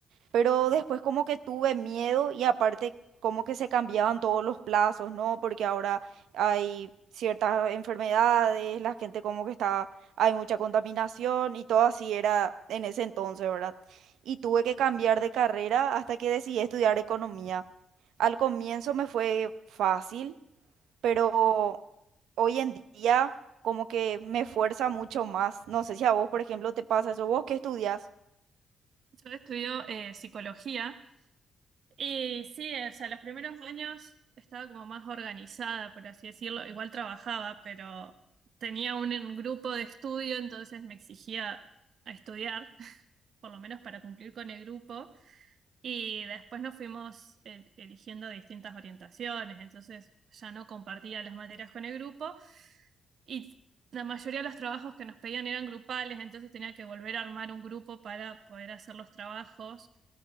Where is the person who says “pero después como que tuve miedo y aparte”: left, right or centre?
Right